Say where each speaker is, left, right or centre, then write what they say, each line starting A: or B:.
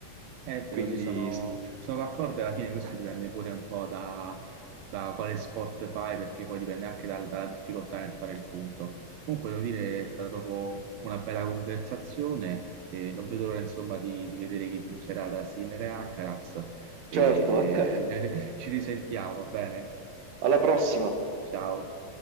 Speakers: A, on the right; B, on the right.
A: è vero,
B: Quindi,
A: sì, sono, sono d'accordo e alla fine questo dipende pure un po' da, da quale sport fai, perché poi dipende anche dal- dalla difficoltà nel fare il punto. Comunque, devo dire, è stata proprio una bella conversazione e non vedo l'ora, insomma, di, di vedere chi vincerà tra Sinner e Alcaraz. E...
B: certo, <laughs>
A: <laughs> Ci risentiamo, va bene?
B: alla prossima!
A: Ciao.